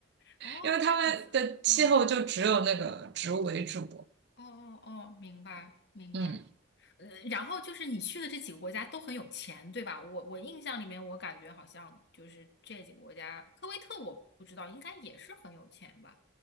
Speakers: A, on the left; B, on the right.
A: 哦这样子，
B: 因为他们的气候就只有那个植物为主，
A: 嗯，哦哦哦，明白明白。
B: 嗯，
A: 呃，然后就是你去的这几个国家都很有钱，对吧？我我印象里面，我感觉好像就是这几个国家，科威特我不知道，应该也是很有钱吧。